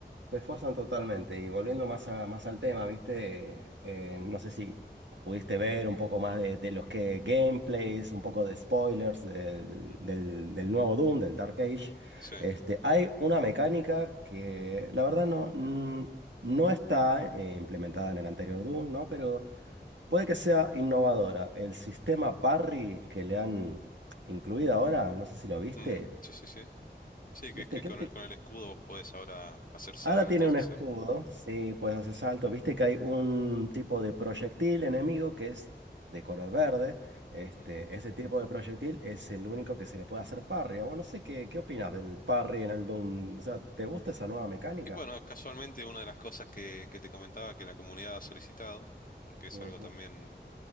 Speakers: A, on the right; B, on the left.
A: Te esfuerzan totalmente. Y volviendo más, a- más al tema, ¿viste? Eh, no sé si pudiste ver un poco más de, de los que gameplays, un poco de spoilers del,
B: Mm.
A: del- del nuevo Doom, del Dark Age.
B: Sí.
A: Este, hay una mecánica que la verdad no, mm, no está eh, implementada en el anterior Doom, ¿no? Pero puede que sea innovadora. El sistema parry que le han incluido ahora, no sé si lo viste.
B: Mm, sí, sí, sí. Sí,
A: ¿Viste?
B: que es que
A: ¿Qué,
B: con
A: opi-
B: el, con el escudo vos podés ahora hacer saltos,
A: Ahora tiene un
B: hacer...
A: escudo, sí, puedes hacer salto. Viste que hay un tipo de proyectil enemigo que es de color verde. Este,
B: Mm.
A: ese tipo de proyectil es el único que se le puede hacer parry. Bueno, no sé qué, qué opinas del parry en el Doom. O sea, ¿te gusta esa nueva mecánica?
B: Y bueno, casualmente una de las cosas que, que te comentaba que la comunidad ha solicitado, porque es
A: Ujú.
B: algo también...